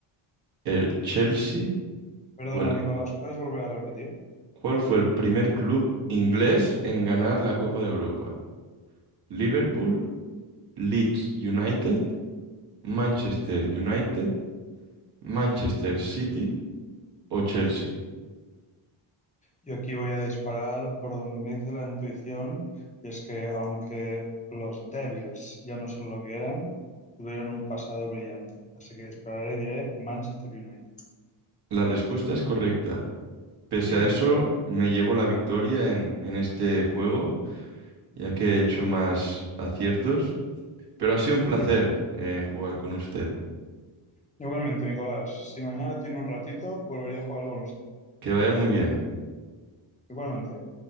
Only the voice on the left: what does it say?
Perdona,
Nicolás, ¿puedes volver a repetir?
Yo aquí voy a disparar por donde me dice la intuición, y es que aunque los Devils ya no son lo que eran, tuvieron un pasado brillante. Así que dispararé y diré Manchester United.
¡Pim!
<laughs>
Igualmente, Nicolás, si mañana tiene un ratito, volvería a jugar con usted.
Igualmente.